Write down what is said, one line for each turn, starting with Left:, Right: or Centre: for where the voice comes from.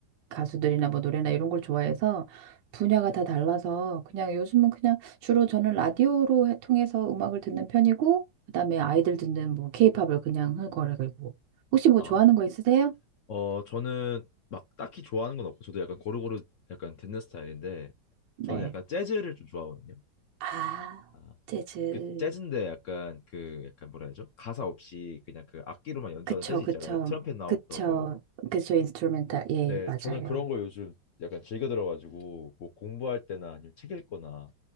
Right: 가수들이나 뭐 노래나 이런 걸 좋아해서 분야가 다 달라서 그냥 요즘은 그냥 주로 저는 라디오로 해- 통해서 음악을 듣는 편이고 그다음에 아이들 듣는 뭐 케이팝을 그냥 흥얼거리고 혹시 뭐
Left: 아,
Right: 좋아하는 거 있으세요?
Left: 어, 저는 막 딱히 좋아하는 건 없고, 저도 약간 고루고루 약간 듣는 스타일인데,
Right: 네.
Left: 저는 약간 재즈를 좀 좋아하거든요.
Right: 아,
Left: 아,
Right: 재즈.
Left: 그 재즈인데 약간 그 약간 뭐라 해야죠? 가사 없이 그냥 그 악기로만 연주하는
Right: 그쵸,
Left: 재즈
Right: 그쵸,
Left: 있잖아요. 트럼펫 나오고
Right: 그쵸,
Left: 그런 거.
Right: 그쵸, 인스트루멘탈. 예,
Left: 네,
Right: 맞아요.
Left: 저는 그런 거 요즘 약간 즐겨 들어가지고, 뭐 공부할 때나 아니면 책 읽거나